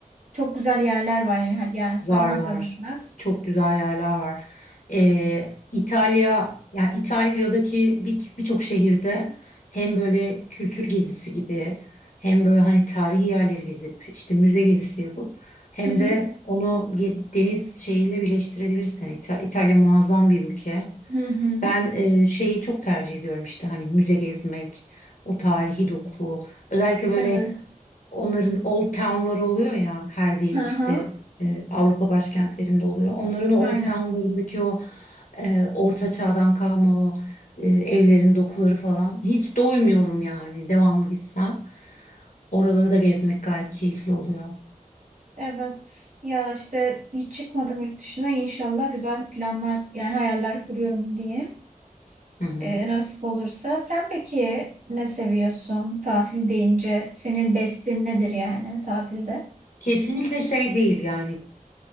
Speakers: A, on the right; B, on the left.
A: çok güzel yerler var yani, Hani yani saymakla
B: Var var.
A: bitmez.
B: Çok güzel yerler var. Ee, İtalya, yani İtalya'daki bir- birçok şehirde hem böyle kültür gezisi gibi hem böyle hani tarihi yerleri gezip işte müze gezisi yapıp hem
A: Hı hı.
B: de onu ge- deniz şeyiyle birleştirebilirsin. Yani İta- İtalya muazzam bir ülke.
A: Hı hı.
B: Ben e, şeyi çok tercih ediyorum işte hani müze gezmek, o tarihi doku. Özellikle böyle
A: Evet.
B: Onların old town'ları oluyor ya her bir
A: Hı hı,
B: işte e, Avrupa başkentlerinde oluyor. Onların o old
A: aynen.
B: town'larındaki o e, orta çağdan kalma o e, evlerin dokuları falan. Hiç doymuyorum yani devamlı gitsem. Oraları da gezmek gayet keyifli oluyor.
A: Evet. Ya işte hiç çıkmadım yurt dışına. İnşallah güzel planlar yani hayaller kuruyorum diye.
B: Hı hı.
A: Ee, nasip olursa. Sen peki ne seviyorsun tatil deyince? Senin bestin nedir yani tatilde?
B: Kesinlikle şey değil yani